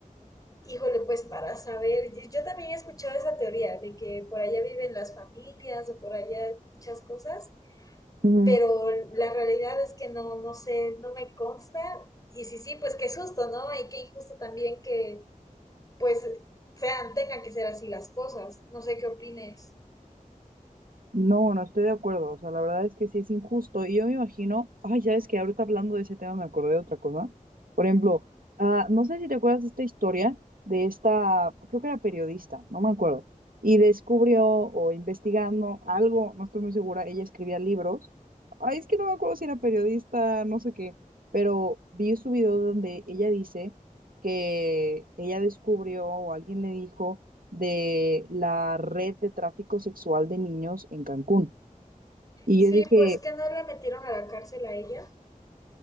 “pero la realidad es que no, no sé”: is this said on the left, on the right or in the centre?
Left